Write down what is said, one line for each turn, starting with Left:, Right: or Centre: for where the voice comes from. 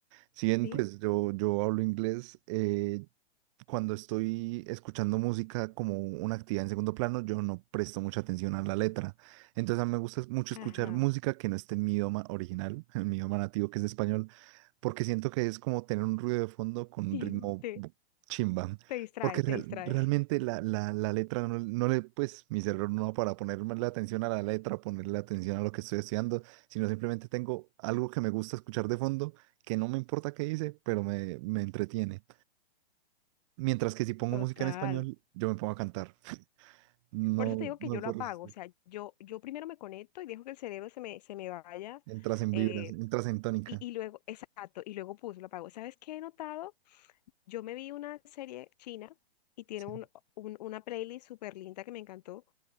Right: Si bien
Left: sí,
Right: pues yo, yo hablo inglés, eh, cuando estoy escuchando música como una actividad en segundo plano, yo no presto mucha atención a la letra. Entonces a mí me gusta mucho
Left: ajá.
Right: escuchar música que no esté en mi idioma original, <laughs> en mi idioma nativo que es español, porque siento que es como tener un ruido de fondo con un
Left: Sí,
Right: ritmo
Left: te,
Right: bu- chimba.
Left: te distrae,
Right: Porque
Left: te
Right: real-
Left: distrae.
Right: realmente la, la, la letra no, no le, pues mi cerebro no va para ponerme la atención a la letra, ponerle atención a lo que estoy estudiando, sino simplemente tengo algo que me gusta escuchar de fondo, que no me importa qué dice, pero me, me entretiene. Mientras que si pongo
Left: Total.
Right: música en español, yo me pongo a cantar. No,
Left: Por eso te digo
Right: no
Left: que yo
Right: me
Left: lo
Right: puedo
Left: apago.
Right: resistir.
Left: O sea, yo, yo primero me conecto y dejo que el cerebro se me, se me vaya.
Right: Entras en
Left: eh,
Right: vibras, entras en tónica.
Left: Y, y luego, exacto, y luego puso, lo apagó. ¿Sabes qué he notado? Yo me vi una serie china y tiene
Right: Sí.
Left: un, un- una playlist súper linda que me encantó.